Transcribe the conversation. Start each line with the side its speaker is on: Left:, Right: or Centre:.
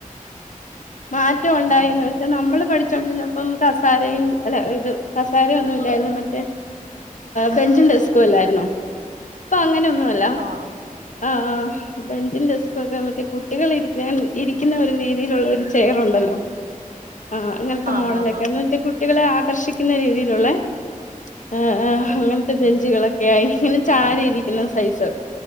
Left: മാറ്റം ഉണ്ടായിന്ന്
Right: ആ
Left: വെച്ചാ നമ്മള് പഠിച്ച ണ്ടിന്നപ്പം കസാരയും അല്ല ഇത് കസാര ഒന്നുംല്ലായിരുന്നു മറ്റേ ബെഞ്ചും ഡെസ്കും അല്ലായിരുന്നോ പ്പ അങ്ങനൊന്നു ല്ല
Right: ആ
Left: ആആ ബെഞ്ചുംഡെസ്കുവൊക്കെ മറ്റേ കുട്ടികൾ ഇരിക്കാൻ ഇരിക്കുന്ന ഒരു രീതിയിലുള്ള ഒരു ചെയറുണ്ടല്ലോ ആ അങ്ങനത്തെ
Right: ആ
Left: മോഡലൊക്കൊ
Right: ഹാ ഹാ
Left: ന്ന്ച്ച കുട്ടികളെ ആകർഷിക്കുന്ന രീതിയിലുള്ളെ ആ ആ
Right: അതെ
Left: അങ്ങനത്തെ
Right: ഉം
Left: ബെഞ്ചുകളൊക്കെ ആയി. ചാരിരിക്കുന്ന സൈസ്.